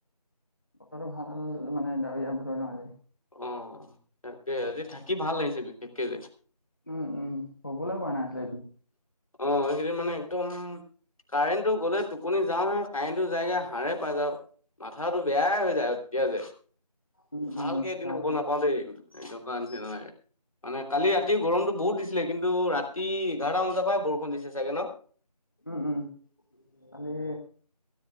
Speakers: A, on the left; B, on the left.
A: বতৰটো ভাল মানে ডাৱৰীয়া বতৰটো মালি
B: অ তাকে আজি থাকি ভাল লাগিছে একে যে
A: উম উম স'বোলৈ ব নাই আছিল
B: অঁ সেইখিনি মানে একদম কাৰেণ্টটো গ'লে টোপনি যাওঁহে কাৰেণ্টটো যায়গে হাড়ে পাই যাওঁ মাথাটো বেয়াই হৈ যায় সতিয়া যে
A: উম
B: ভালকে
A: উম
B: এদিন
A: হয়,
B: ক'ব
A: হয়।
B: নাপাও দেই নিচি মানে কালি ৰাতি গৰমটো বহুত দি ছিলে কিন্তু ৰাতি এঘাৰটা বজাৰ পৰাই বৰষুণ দিছে চাগে ন
A: উম উম আালে